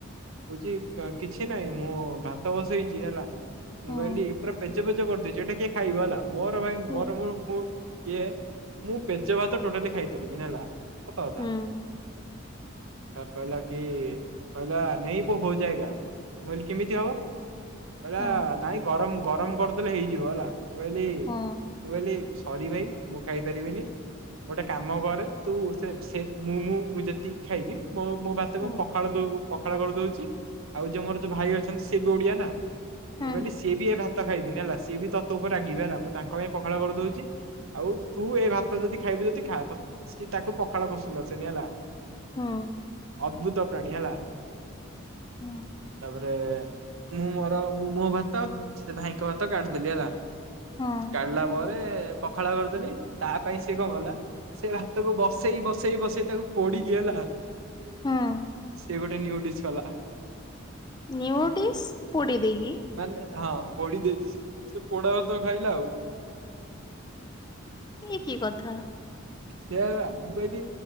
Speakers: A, on the right; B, on the left.
A: କୋହୁଚି କିଛି ନାହିଁ ମୁଁ ଭାତ ବସେଇଛି ହେଲା।
B: ହଁ।
A: ମୁଁ କହିଲି ପୁରା ପେଚ ପେଚ କରିଦେଇଛୁ ଏଇଟା କିଏ ଖାଇବ ହେଲା ମୋର ଭାଇ
B: ହୁଁ
A: ମୋର ମୁଁ ଇଏ ମୁଁ ପେଜ ଭାତ ଟୋଟାଲୀ ଖାଇପାରିବିନି ହେଲା ସତ କଥା।
B: ହୁଁ
A: କହିଲା କି କହିଲା <unintelligible> ମୁ କହିଲି କେମିତି ହବ? କହିଲା
B: ହଁ
A: ନାଇଁ ଗରମ୍ ଗରମ୍ କରିଦେଲେ ହେଇଯିବ ହେଲା ମୁଁ କହିଲି
B: ହଁ
A: ମୁଁ କହିଲି ସରି ଭାଇ ମୁଁ ଖାଇ ପାରିବିନି। ଗୋଟେ କାମ କରେ ତୁ ସେ ସେ ମୁଁ ମୁଁ ମୁଁ ଯେତିକି ଖାଇବି ମୋ ମୋ ଭାତ
B: ହଁ
A: କୁ ପଖାଳ ଦ ପଖାଳ କରିଦଉଛି। ଆଉ ଯୋଉ ମୋର ଯୋଉ ଭାଇ ଅଛନ୍ତି ସେ ବି ଓଡିଆ ନା
B: ହଁ
A: ମୁଁ କହିଲି ସିଏ ବି ଏ ଭାତ ଖାଇବିନି ହେଲା ସିଏ ବି ତ ତୋ ଉପରେ ରାଗିବେ ହେଲା ମୁଁ ତାଙ୍କ ପାଇଁ ପଖାଲ କରିଦଉଛି। ଆଉ ତୁ ଏ ଭାତ ଯଦି ଖାଇବୁ ଯଦି ଖାଆ ତା ସିଏ ତାକୁ ପଖାଳ ପସନ୍ଦ ଆସେନି ହେଲା।
B: ହୁଁ।
A: ଅଦ୍ଭୁତ ପ୍ରାଣୀ ହେଲା
B: ହଁ।
A: ତାପରେ ମୁଁ ମୋର ମୁଁ ମୋ ଭାତ ସେ ଭାଇଙ୍କ ଭାତ କାଢିଦେଲି ହେଲା।
B: ହଁ
A: କାଢିଲା ପରେ ପଖାଳ କରିଦେଲି ତା ପାଇଁ ସିଏ କଣ କଲା? ସେ ଭାତକୁ ବସେଇ ବସେଇ ବସେଇ ତାକୁ ପୋଡିକି ହେଲା
B: ହଁ
A: ସିଏ ଗୋଟେ ନିଉଡିସ୍ କଲା।
B: ନିଉଡିସ୍ ପୋଡିଦେଇକି।
A: ମାନେ ହଁ ପଡି ଦେଇଛି ସେ ପୋଡା ତ ଖାଇଲା ଆଉ।
B: ଇଏ କି କଥା?
A: ସେଆ ମୁ କହିଲି